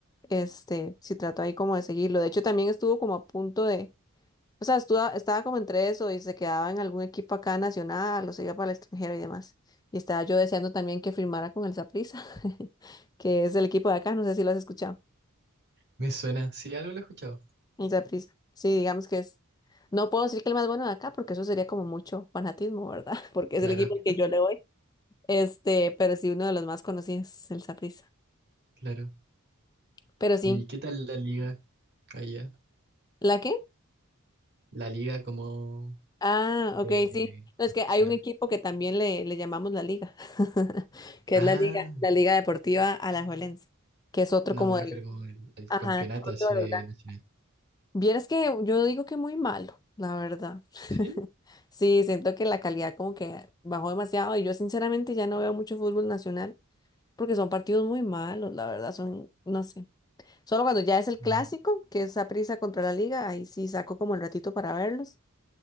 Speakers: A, on the left; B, on the right.
A: este, sí trato ahí como de seguirlo. De hecho, también estuvo como a punto de, o sea, estuvo, estaba como entre eso y se quedaba en algún equipo acá nacional o se iba para el extranjero y demás. Y estaba yo deseando también que firmara con el Saprissa, <laughs> que es el equipo de acá, no sé si lo has escuchado.
B: me suena. Sí, algo lo he escuchado.
A: Y prisa Sí, digamos que es. No puedo decir que el más bueno de acá, porque eso sería como mucho fanatismo, ¿verdad? <laughs> Porque es
B: Claro,
A: el equipo al que yo le voy. Este, pero sí, uno de los más conocidos, el Saprissa.
B: claro.
A: Pero sí.
B: ¿Y qué tal la liga allá?
A: ¿La qué?
B: La liga como
A: Ah,
B: de
A: ok, sí. No, es
B: nacional.
A: que hay un equipo que también le, le llamamos la Liga, <laughs> que
B: Ah,
A: es la Liga, la Liga Deportiva Alajuelense, que es otro
B: no,
A: como
B: me
A: de
B: refiero
A: los,
B: como al al
A: ajá,
B: campeonato
A: otro
B: así
A: de los
B: de
A: grandes.
B: nacional.
A: Vieras que yo digo que muy malo, la verdad.
B: Sí.
A: <laughs> Sí, siento que la calidad como que bajó demasiado y yo sinceramente ya no veo mucho fútbol nacional porque son partidos muy malos, la verdad, son, no sé. Solo cuando ya es el
B: Sí.
A: clásico, que es prisa contra la Liga, ahí sí saco como el ratito para verlos,